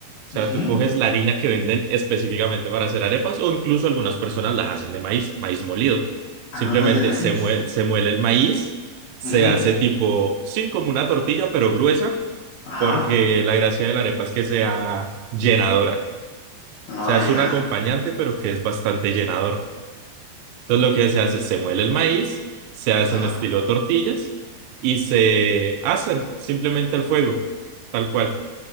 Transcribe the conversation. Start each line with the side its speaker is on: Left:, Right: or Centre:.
Right: O sea,
Left: Ujú.
Right: tú coges la harina que venden específicamente para hacer arepas o incluso algunas personas las hacen de maíz, maíz molido.
Left: Ah,
Right: Simplemente
Left: de maíz.
Right: se muele, se muele el maíz, se
Left: Ujú.
Right: hace tipo, sí, como una tortilla, pero gruesa,
Left: Ajá.
Right: porque la gracia de la arepa es que sea llenadora.
Left: Ah,
Right: O sea, es
Left: ya.
Right: un acompañante, pero que es bastante llenador. Entonces lo que se hace es se muele el maíz, se hacen
Left: Ajá.
Right: estilo tortillas y se hacen simplemente al fuego, tal cual